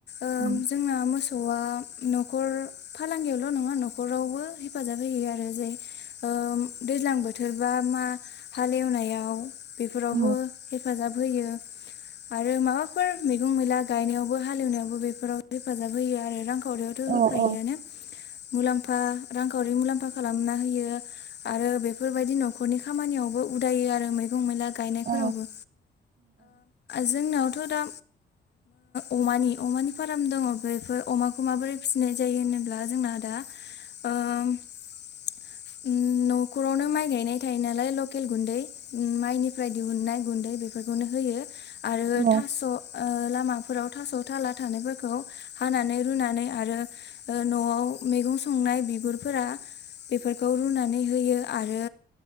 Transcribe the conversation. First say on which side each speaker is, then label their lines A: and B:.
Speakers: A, on the left (about 60°); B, on the right (about 45°).
A: ओम
B: औ
A: जोंना मोसौआ न'खर फालांगियावल' नङा न'खरावबो हेफाजाब होयो आरो जे ओ दैज्लां बोथोर बा मा हालेवनायाव बेफोरावबो,
B: औ
A: हेफाजाब होयो। आरो माबाफोर मैला गायनायावबो हालेवनायावबो बेफोराव हेफाजाब होयो आरो रांखावरियाव
B: औ
A: होखायो
B: औ
A: आनो मुलाम्फा रांखावरि मुलाम्फा खालामना होयो। आरो बेफोरबायदि न'खरनि खामानियावबो उदायो आरो मैगं मैला गायनायफोरावबो
B: औ
A: जोंनावथ' दा अमानि अमानि फार्म दङ बेफोर अमाखौ माबोरै फिसिनाय जायो होनोब्ला, जोंना दा ओ उम न'खरावनो माइ गायनाय थायो नालाय लकेल गुन्दै माइनिफ्राय दिहुननाय गुन्दै बेफोरखौनो होयो आरो
B: औ
A: थास' ओ लामाफोराव थास' थाला थानायफोरखौ हानानै रुनानै आरो ओ न'आव मैगं संनाय बिगुरफोरा बेफोरखौ रुनानै, होयो आरो